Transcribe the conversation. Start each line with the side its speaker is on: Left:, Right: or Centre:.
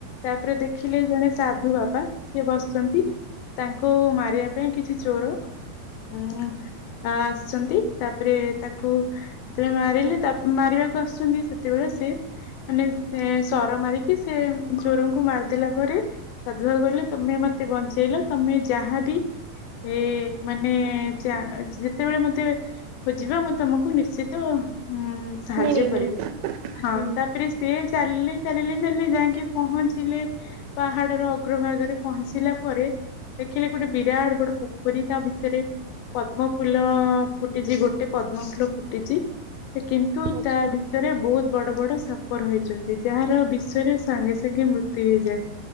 Left: ତାପରେ ଦେଖିଲେ ଜଣେ ସାଧୁ ବାବା ସିଏ ବସ୍ଚନ୍ତି। ତାଙ୍କୁ ମାରିବା ପାଇଁ କିଛି ଚୋର ଉଁ ଆ ସନ୍ତି ତାପରେ ତାକୁ ସେଥିପାଇଁ ମାରିଲେ ତା ମାରିବାକୁ ଆସ୍ଚନ୍ତି ସେତିବେଳେ ସେ ମାନେ ସର ମାରିକି ସେ ଚୋରଙ୍କୁ ମାର୍ଦେଲା ପରେ ସାଧୁ ବାବା କହିଲେ ତମେ ମ ତେ ବଞ୍ଚେଇଲ ତମେ ଯାହାବି ଏ ମାନେ ଯା ଯେତେବେଳେ ମ ତେ ଖୋଜିବ ମୁଁ ତମକୁ ନିଶ୍ଚିତ ଉଁ ସାହାଯ୍ୟ
Right: ମିଳିବି
Left: କରିବି ହଁ
Right: ହୁଁ
Left: ତାପରେ ସେ ଚାଲିଲେ ଚାଲିଲେ ଚାଲିଲେ ଯାଇକି ପହଞ୍ଚିଲେ ପାହାଡର ଅଗ୍ରଭାଗରେ ପହଞ୍ଚିଲା ପରେ ଦେଖିଲେ ଗୋଟେ ବିରାଟ୍ ବଡ ପୋଖରୀ ତା ଭିତରେ ପଦ୍ମଫୁଲ ଫୁଟିଛି ଗୋଟେ ପଦ୍ମଫୁଲ ଫୁଟିଛି ସେ କିନ୍ତୁ
Right: ଅଛି।
Left: ତା ଭି ତରେ ବହୁତ୍ ବଡ ବଡ ସାପ ରହିଛନ୍ତି ଯାହାର ବିଶରେ ସାଙ୍ଗେ ସାଙ୍ଗେ ମୃତ୍ୟୁ ହେଇଯାଏ।